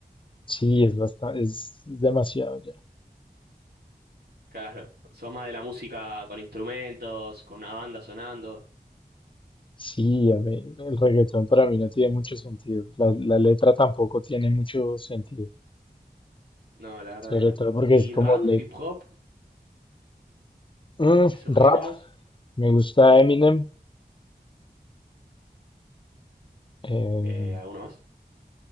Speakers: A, on the left; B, on the right.
A: Sí, es bastante, es es demasiado ya.
B: Claro, sos más de la música con instrumentos, con una banda sonando.
A: Sí, a mí, el reggaetón para mí no tiene mucho sentido. La, la letra tampoco tiene mucho sentido.
B: No, la verdad
A: Sobre
B: que no.
A: todo porque
B: ¿Y
A: es como
B: rap,
A: le
B: hip hop,
A: Mm,
B: esos
A: rap.
B: géneros?
A: Me gusta Eminem. eh,
B: Eh, ¿alguno más?